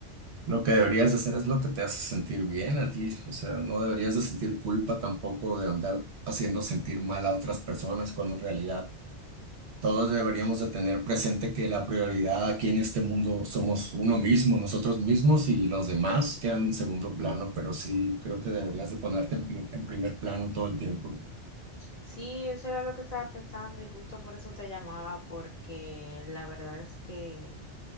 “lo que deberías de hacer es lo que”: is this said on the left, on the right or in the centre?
Right